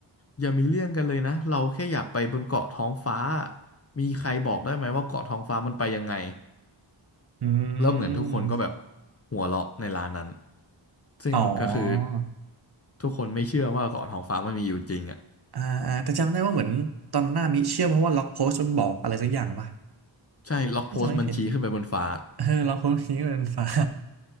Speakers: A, on the left (about 30°); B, on the right (about 55°).
A: อย่ามีเรื่องกันเลยนะเราแค่อยากไปบนเกาะท้องฟ้ามีใครบอกได้ไหมว่าเกาะท้องฟ้ามันไปยังไง
B: อื
A: แล้วเหมือนทุกคนก็แบบ
B: ม
A: หัวเราะในร้านนั้นซึ่งก็คือ
B: อ๋อ
A: ทุกคนไม่เชื่อว่าเกาะทองฟ้ามันมีอยู่จริงอ่ะ
B: อ่าอ่าแต่จำได้ว่าเหมือนตอนหน้ามิเชื่อเพราะว่าล็อกโพสต์มันบอกอะไรสักอย่างป่ะ
A: ใช่ล็อกโพสต์มันชี้ขึ้นไปบนฟ้า
B: น่าจะไม่ผิดเออล็อกโพสต์นี้ก็เป็นฟ้า